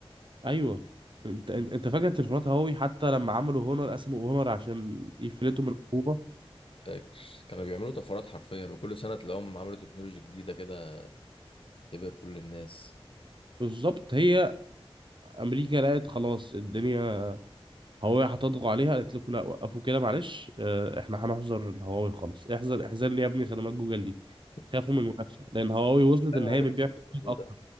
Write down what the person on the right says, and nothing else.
ايوه انت انت فاكر تليفونات هواوي حتى لما عملوا هونر قسموا هونر عشان يفلتوا من العقوبة
بالظبط هي امريكا لقت خلاص الدنيا هواوي هتضغط عليها قالت لكم لا وقفوا كده معلش آه، احنا هنحظر الهواوي خلاص احذر احذر لي يا ابني خدمات جوجل دي
خافوا من المنافسة لان هواوي وصلت
ان هي
بتبيع
اكتر